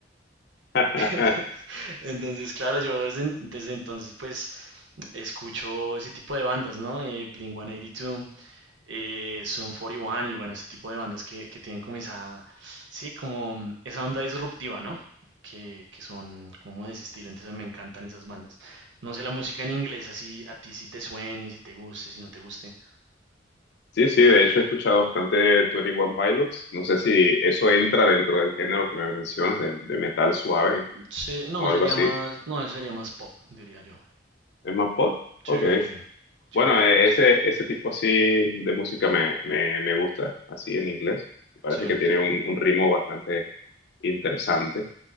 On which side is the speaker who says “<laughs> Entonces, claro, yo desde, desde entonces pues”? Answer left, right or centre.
Right